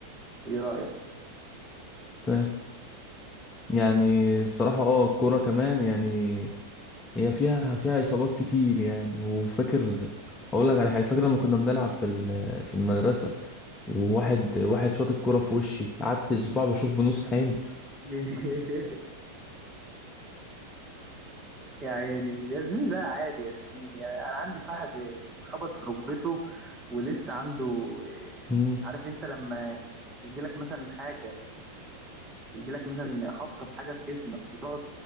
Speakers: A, on the right; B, on the left.
A: إيه رأيك؟
B: ف... يعني بصراحة اه الكورة كمان يعني هي فيها فيها إصابات كتير يعني وفاكر أقول لك على حاجة فاكر لما كنا بنلعب في ال- في المدرسة وواحد واحد شاط الكورة في وشي قعدت أسبوع بشوف بنص عين
A: <laughs> يا عيني يا زميلي ده عادي يا زميلي يعني أنا عندي صاحب اتخبط في ركبته ولسه عنده إيه،
B: مم.
A: عارف أنت لما يجيلك مثلا حاجة يجيلك مثلا خبطة في حاجة في جسمك وتقعد